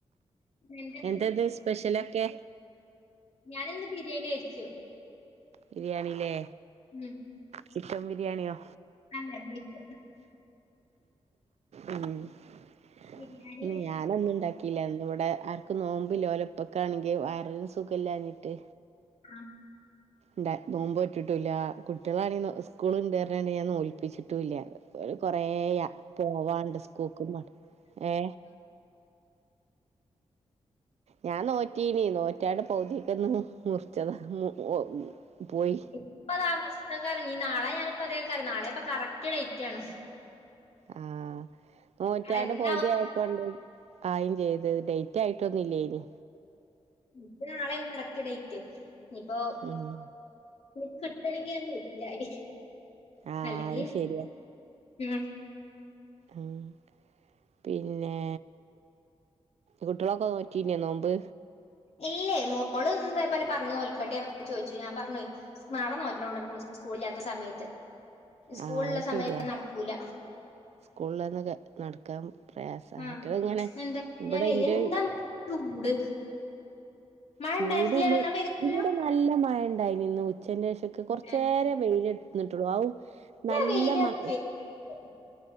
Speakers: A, on the left (about 70°); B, on the right (about 75°).
A: എന്താങ്ങട്ട്
B: എന്തത് സ്പെഷ്യലൊക്കെ
A: ഞാന ഇന്ന് ബിരിയാണിഎച്ചു
B: ബിരിയാണില്ലേ
A: ഉം
B: ചിക്കൻ ബിരിയാണിയോ
A: അല്ല ബീഫ്
B: ഉ ന്ന്
A: ബിരിയാണി
B: ഞാനൊന്നും ണ്ടാക്കീല്ല ഇവിടെ ആർക്കും നോമ്പ്ല്ല ഓലപ്പക്കാണെങ്കിൽ വയറിന് സുഖല്ലഞ്ഞിട്ട്
A: ആഹ്
B: ണ്ട നോമ്പോറ്റിട്ടുല്ല കുട്ടികളാണെ സ്കൂളണ്ടാറഞ്ഞു ഞാൻ നോല്പ്പിച്ചിട്ടുംല്ല ഒരു കൊറേ യ പോവാണ്ട് സ്കൂക് <unintelligible> ഏ ഞാൻ നോറ്റീനി നോറ്റാണ്ട് പൗതിക്കന്നു മുറിച്ചതാ മു ഓ പോയി
A: ഇപ്പതാ ഫസ്റ്റ്ക്കാരം നാളെ ഞാനപ്പതേക്കാരം നാളെപ്പൊ കറക്റ്റ് ഡേറ്റ് ആണ്
B: ആ നോറ്റാണ്ട്
A: നാളെ എന്താവോ
B: പൗതി ആയപ്പണ്ട് ആയിൻ ചെയ്ത് ഡെയ്റ്റ് ആയിട്ടൊന്നുല്ലേനി
A: ൻക്ക് നാളെന് കറക്ട് ഡെയ്റ്റ് ഇപ്പോ
B: ഉം
A: ഒ-കിട്ടണെങ്കിഞാൻ കഴിച്ചിലായി
B: ആഹ്
A: അല്ലെങ്കി
B: അത് ശരിയാ
A: ഉം
B: ഉം പിന്നെ കുട്ട്യളൊക്കെ നോറ്റിന്യോ നോമ്പ്
A: ഇല്ലേ മോള്ന്ന് ദേപോലെ പറഞ്ഞു നോൽക്കട്ടെന്നൊക്കെ ചോയ്ച്ചു ഞാൻ പറഞ്ഞു നാളെനോറ്റോളോ സ്കൂളില്ലാത്ത സമയത്ത് സ്കൂളിലുള്ള
B: ആ അത്
A: സമയം
B: ശരിയാ
A: നടക്കൂല
B: സ്കൂൾള്ളന്ന് നടക്കാ പ്രയാസ
A: ആ
B: ഐറ്റള്ങ്ങനെ
A: എന്താ കഴിഞ്ഞാലേ
B: ഇവടെ ഇന്റെ
A: എന്താ ഇന്നത്തെ ചൂട് മഴ
B: ചൂടുണ്ട്
A: ഉണ്ടായിരുന്നില്ലല്ലോ എന്നാ പെയ്തിട്ടില്ലല്ലോ
B: ഇവിടെ നല്ല മഴണ്ടായിനി ഉച്ചന്റെഷൊക്കെ കൊറച്ചേര
A: ഏ,
B: വെയിലെന്നിട്ടുള്ളു ആഉ നല്ല
A: വെയില്
B: മ
A: പെയ്തു.